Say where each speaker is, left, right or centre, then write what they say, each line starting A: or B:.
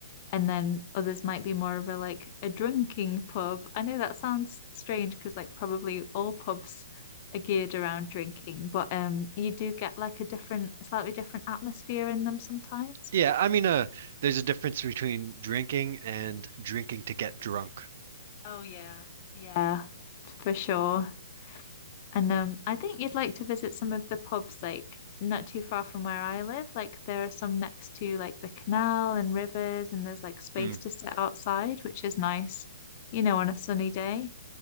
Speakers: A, on the left; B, on the right.
A: And then others might be more of a like a drinking pub. I know that sounds strange because like probably all pubs are geared around drinking, but um you do get like a different, slightly different atmosphere in them sometimes.
B: Yeah, I mean, uh, there's a difference between drinking and drinking to get drunk.
A: Oh yeah, yeah. Yeah, for sure. And um, I think you'd like to visit some of the pubs, like not too far from where I live. Like there are some next to like the canal and rivers, and there's like space
B: Mm.
A: to sit outside, which is nice, you know, on a sunny day.